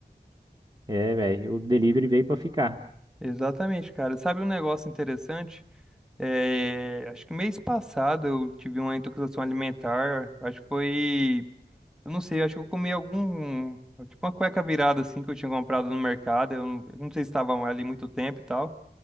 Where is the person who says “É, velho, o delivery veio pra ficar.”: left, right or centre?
Right